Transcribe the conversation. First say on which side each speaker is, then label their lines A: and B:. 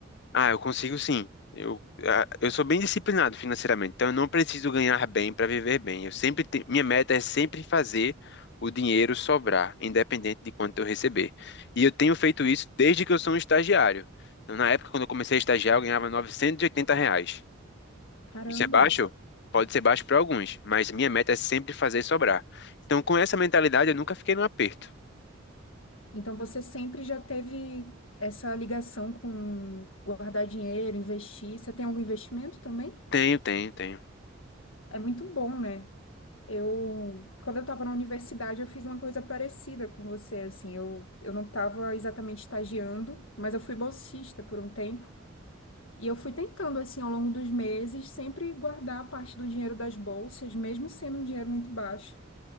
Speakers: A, on the left; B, on the left.
A: Ah, eu consigo sim. Eu, ah, eu sou bem disciplinado financeiramente, então eu não preciso ganhar bem para viver bem. Eu sempre te- minha meta é sempre fazer o dinheiro sobrar, independente de quanto eu receber. E eu tenho feito isso desde que eu sou um estagiário. Então, na época, quando eu comecei a estagiar, eu ganhava 980 reais.
B: Caramba!
A: Isso é baixo? Pode ser baixo para alguns, mas minha meta é sempre fazer sobrar. Então, com essa mentalidade, eu nunca fiquei no aperto.
B: Então você sempre já teve essa ligação com guardar dinheiro, investir. Você tem algum investimento também?
A: Tenho, tenho, tenho.
B: É muito bom, né? Eu, quando eu estava na universidade, eu fiz uma coisa parecida com você, assim, eu, eu não estava exatamente estagiando, mas eu fui bolsista por um tempo, e eu fui tentando, assim, ao longo dos meses, sempre guardar parte do dinheiro das bolsas, mesmo sendo um dinheiro muito baixo.